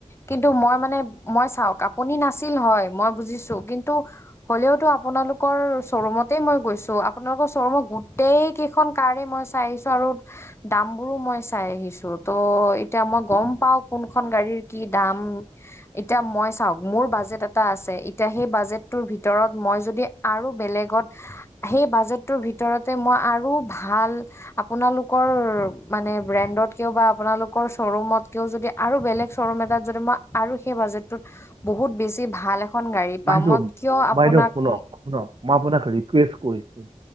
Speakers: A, on the left; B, on the right.
A: কিন্তু মই মানে মই চাওক আপুনি নাছিল হয় মই বুজিছো কিন্তু হ'লেওতো আপোনালোকৰ শ্ব'ৰুমতেই মই গৈছো, আপোনালোকৰ শ্বৰুমত গোটেই কেই খন কাৰে মই চাই আহিছো আৰু দাম বোৰো মই চাই আহিছো। ত' এতিয়া মই গম পাও কোনখন গাড়ীৰ কি দাম। এতিয়া মই চাওক মোৰ বাজেট এটা আছে এতিয়া সেই বাজেটটোৰ ভিতৰত মই যদি আৰু বেলেগত সেই বাজেটটোৰ ভিতৰতে মই আৰু ভাল আপোনালোকৰ মানে ব্ৰেণ্ডত কিয়ও বা আপোনালোকৰ শ্ব'ৰুমতকিয়ও যদি আৰু বেলেগ শ্ব'ৰুম এটাত যদি মই আৰু সেই বাজেটটোত বহুত বেছি ভাল এখন গাড়ী
B: বাইদেউ
A: পাওঁ, মই কিয় আপোনাক
B: বাইদেউ শুনক
A: উ
B: শুনক মই আপোনাক ৰিকুৱেষ্ট কৰিছো